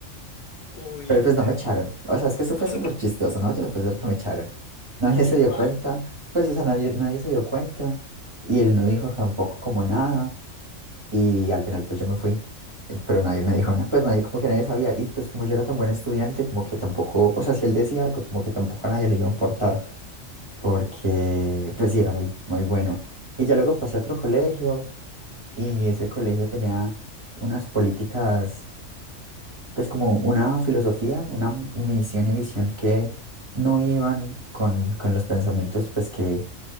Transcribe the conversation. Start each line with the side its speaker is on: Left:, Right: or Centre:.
Left: uy,
Right: Pero pues no me echaron, o sea, es que eso fue
Left: <laughs>
Right: súper
Left: ok,
Right: chistoso, ¿no? Yo a pensar que me echaron. Nadie se dio
Left: bye.
Right: cuenta, pues, o sea, nadie, nadie se dio cuenta y él no dijo tampoco como nada y al final pues yo me fui, eh, pero nadie me dijo nada, pues nadie como que nadie sabía y pues como yo era tan buen estudiante, como que tampoco, o sea, si él decía algo, como que tampoco a nadie le iba a importar porque pues sí, era muy, muy bueno. Y ya luego pasé a otro colegio. y ese colegio tenía unas políticas, pues como una filosofía, una misión y visión que no iban con, con los pensamientos pues que,